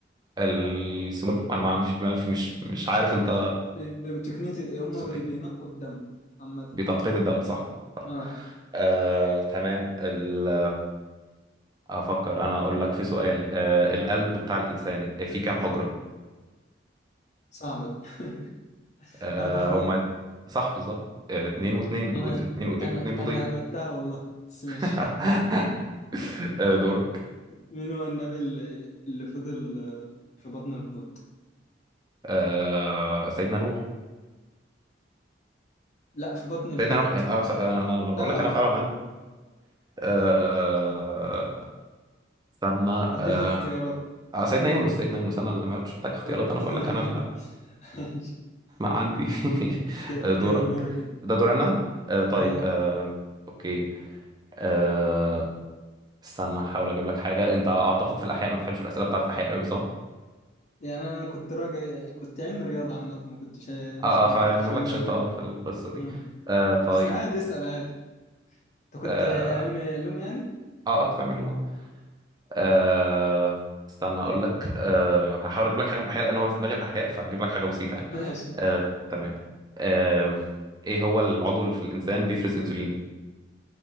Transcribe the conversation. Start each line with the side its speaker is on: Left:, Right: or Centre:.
Right: السموم انا ما مش ما في مش مش عارف انت
Left: بي- بي- بتقنية هم
Right: تقصد
Left: بي-
Right: ايه
Left: بينقوا الدم عامة
Right: بتنقية الدم صح
Left: اه
Right: آه، تمام ال... افكر انا اقول لك في سؤال آه، القلب بتاع الانسان آه، فيه كام حجرة
Left: صعبة دي <laughs>
Right: آه،
Left: أربع حجر
Right: هما صح بالظبط آه، اتنين واتنين
Left: أنا
Right: وت- اتنين ودين
Left: أنا
Right: واتنين بيضين
Left: أنا هبتها والله بس ماشي
Right: <laughs>
Left: <laughs>
Right: آه، دورك
Left: مين هو النبي اللي, اللي فضل آه، في بطن الحوت؟
Right: آه، سيدنا نوح
Left: لا في بطن الحوت
Right: سيدنا نوح آه، ص- آه، انا لما بقول
Left: طلع
Right: لك
Left: الحوت
Right: انا فعلا عندي آه، استنى
Left: هديك
Right: آه،
Left: اختيارات
Right: آه، سيدنا يونس سيدنا يونس انا اللي مش محتاج اختيارات
Left: اه
Right: انا
Left: <laughs>
Right: بقول لك انا
Left: ماشي.
Right: ما عندي <laughs>
Left: ك-
Right: دورك
Left: كده دورك كده
Right: ده دور انا آه طيب
Left: اه
Right: آه اوكي آه استنى احاول اجيب لك حاجه انت اعتقد في الاحياء ما بتحبش الاسئله بتاعت الاحياء قوي صح
Left: يعني أنا كنت راجع كنت علمي رياضة عامة ما كنتش
Right: اه
Left: مش
Right: اه
Left: ما
Right: فيعني
Left: كنتش
Right: مالكش
Left: علمي علوم
Right: انت اه في القصه دي
Left: اه
Right: آه طيب
Left: بس عادي اسأل عادي انت كنت
Right: اه,
Left: علم علوم يعني
Right: آه اكتر معلومه آه استنى اقول لك آه هحاول اجيب لك حاجه من الاحياء لان هو في دماغي الاحياء فهجيب لك حاجه بسيطه يعني
Left: ماشي
Right: آه تمام آه ايه هو العضو اللي في الانسان بيفرز انسولين